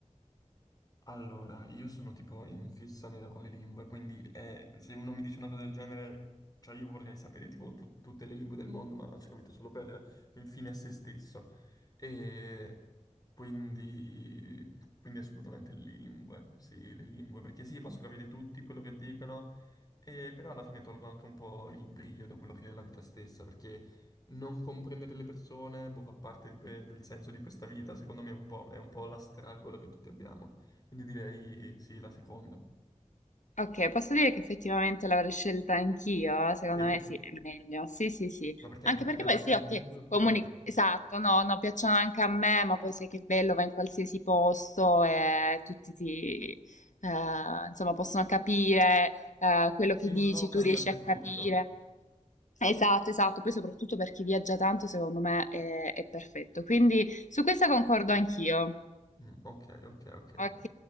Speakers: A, on the left; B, on the left.
A: Allora, io sono tipo in fissa nera con le lingue, quindi eh, se uno mi dice una cosa del genere, cioè io vorrei sapere tipo tu- tutte le lingue del mondo, ma ho capito solo per, per fine a se stesso. E quindi, quindi assolutamente le lingue, sì, le lingue, perché sì, posso capire tutti quello che dicono, e però alla fine tolgo anche un po' il brio da quello che è la vita stessa, perché non comprendere le persone, boh, fa parte di que- del senso di questa vita, secondo me è un po', è un po' la stragola che tutti abbiamo. Quindi direi sì, la seconda.
B: Ok, posso dire che effettivamente l'avrei scelta anch'io? Secondo
A: E?
B: me sì, è meglio. Sì, sì, sì.
A: Ma perché
B: Anche
A: anche ti
B: perché
A: piacciono
B: poi sì,
A: le
B: ok,
A: lingue oppure
B: comuni... Esatto, no, no, piacciono anche a me, ma poi sai che bello, va in qualsiasi posto e tutti ti... eh, insomma, possono capire eh, quello
A: sei
B: che dici,
A: un local
B: tu riesci
A: dappertutto?
B: a capire. Esatto, esatto, poi soprattutto per chi viaggia tanto, secondo me è, è perfetto. Quindi su questa concordo anch'io.
A: Mm, ok, ok, ok.
B: Ok,